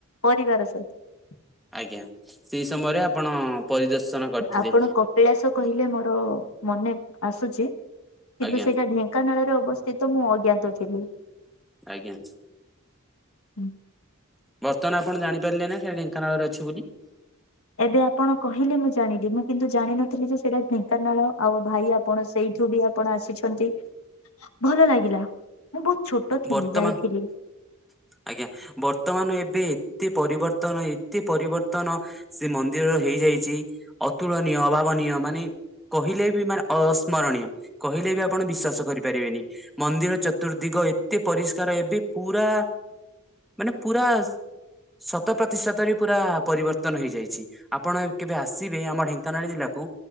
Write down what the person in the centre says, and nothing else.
ଆଜ୍ଞା ସେଇ ସମୟରେ ଆପଣ ପରିଦର୍ଶନ କରିଥିଲେ
ଆଜ୍ଞା
ଆଜ୍ଞା।
ବର୍ତ୍ତମାନ ଆପଣ ଜାଣିପାରିଲେ ନା ସେ ଢେଙ୍କାନାଳରେ ଅଛି ବୋଲି।
ବର୍ତ୍ତମାନ
ଆଜ୍ଞା ବର୍ତ୍ତମାନ ଏବେ ଏତେ ପରିବର୍ତ୍ତନ ଏତେ ପରିବର୍ତ୍ତନ ସେ ମନ୍ଦିରର ହେଇଯାଇଛି ଅତୁଳନୀୟ ଅଭାବନୀ ନିଅ ମାନେ କହିଲେ ବି ମାନେ ଅସ୍ମରଣୀୟ କହିଲେ ବି ଆପଣ ବିଶ୍ଵାସ କରିପାରିବେନି ମନ୍ଦିର ଚତୁର୍ଦ୍ଦିଗ ଏତେ ପରିଷ୍କାର ଏବେ ପୁରା ମାନେ ପୁରା ଶତ ପ୍ରତିଶତରେ ପୁରା ପରିବର୍ତ୍ତନ ହେଇଯାଇଛି ଆପଣ କେବେ ଆସିବେ ଆମ ଢେଙ୍କାନାଳ ଜିଲ୍ଲାକୁ।